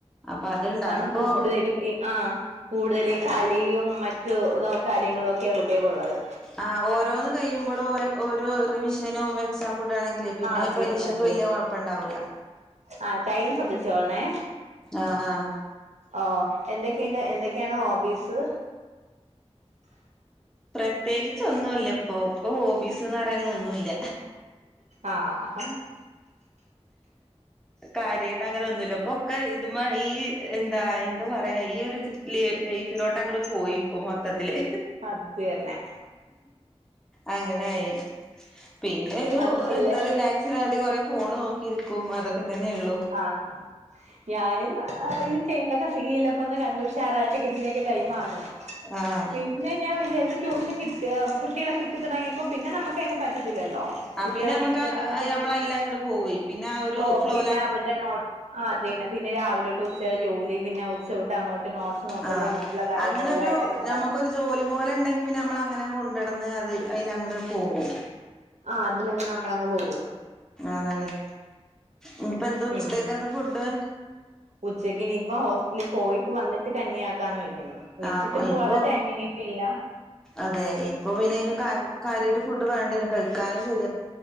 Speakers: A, in the centre; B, on the right (about 90°).
A: അപ്പൊ അതുണ്ട്
B: കാരണം
A: അതിപ്പോ
B: കൂടുതലും ഈ ആഹ്. കൂടുതൽ കളിയും മറ്റു ഇത കാര്യങ്ങളും ഒക്കെയ കുട്ട്യേ ക്ക് ഒ. ള്ളത്
A: ആ ഓരോന്ന് കഴിയുമ്പോഴും ഓരോ റിവിഷനും എക്സാമും ഇടാണെങ്കില് പിന്നെ
B: ആഹ് അത്
A: പരീക്ഷക്ക്
B: തന്നെ അത്
A: വല്ല്യ
B: തന്നെ
A: കൊഴ പ്പ ണ്ടാവൂല.
B: ആഹ് ടൈം ശ്രദ്ധിച്ചോളണെ.
A: ആഹ് ആഹ്.
B: ഓഹ് എന്തൊക്കെണ്ട് എന്തൊക്കെയാണ് ഹോബീസ്?
A: പ്രത്യേകിച്ച് ഒന്നൂല്ല പ്പൊ. ഇപ്പ ഹോബീസ്ന്ന് പറയണത് ഒന്നൂല്ല.
B: ആഹ് ഹ ഹ
A: കാര്യായിട്ട് അങ്ങനെ ഒന്നുല്ല ഇപ്പൊ ക്കെ ഇതിമാ ഈ എന്താ എന്താ പറയാ ഈ ഒരു ജ ലീ ലൈഫിലോട്ടങ്ങട് പോയി ഇപ്പൊം മൊത്തത്തില്.
B: അദ്ദ് ന്നെ.
A: അങ്ങനായി. പിന്നെ ഒരു
B: അതില്ലേ
A: എന്താ റിലാ ക്സിന് വേണ്ടി കുറെ ഫോണ് നോക്കിയിരിക്കും അതൊക്കെ തന്നെ ഉള്ളു.
B: ആഹ്. ഞാനും ഈ ടൈമിലൊക്കെ സീരിയലൊക്കെ ഒന്ന് കണ്ടു ഉഷാറായിട്ടൊക്കെ ഇരിക്കുന്നൊക്കെ ടൈമാണ്.
A: ആഹ്.
B: പിന്നെ ഞാൻ വിചാരിച്ചു ട്യൂഷൻ കിട്ടി കുട്ടികളെ കിട്ടി തുടങ്ങിയപ്പോ പിന്നെ നമുക്ക് അയിന് പറ്റത്തില്ലല്ലോ.
A: ആഹ്
B: കുട്ടികളെ
A: പിന്നെ നമുക്കാ
B: കിട്ടി തുടങ്ങിയാ പിന്നെ
A: നമ്മളയിലങ്ങട് പോവ്വേ പിന്നെ ആ ഒരു
B: ഓ
A: ഫ്ലോ
B: പിന്നെ അവരുടെ നോ ആഹ് അത് തന്നെ പിന്നെ രാവിലെ തൊട്ട് ഉച്ചവരെ ജോലി പിന്നെ ഉച്ച തൊട്ട് അങ്ങോ ട്ട് നോട്സ് നോക്കല്
A: ആഹ്
B: മറ്റുള്ള കാര്യങ്ങളെല്ലായിട്ടങ്ങ്
A: അങ്ങനെ ഒരു
B: നട
A: നമുക്കൊരു ജോലി പോലെ ണ്ടെങ്കി പിന്നെ അമ്മളങ്ങനെ കൊണ്ടടന്ന് അത് അയിങ്ങട് പോകും.
B: ആഹ് അതിലങ്ങ് നമ്മളങ് പോവും.
A: അതാണെ. ഇനിപ്പ എന്താ ഉച്ചത്തേക്കെന്താ
B: ഉം
A: ഫുഡ്?
B: ഉച്ചക്ക് ഇനിയിപ്പം ഹോസ്പിറ്റലി പോയിട്ട് വന്നിട്ട് കഞ്ഞിയാക്കാന്ന് വയ്ക്കുന്നു. വെച്ചിട്ട്
A: ആ അപ്പൊ
B: പോവാള്ള
A: ഇനിപ്പോ
B: ടൈമ് ഇനിയിപ്പയില്ല.
A: അതെ ഇപ്പൊ പിന്നെ അയ്ന് കാ കാര്യായ്ട്ട് ഫുഡ് വേണ്ടേനും കഴിക്കാനും ശരി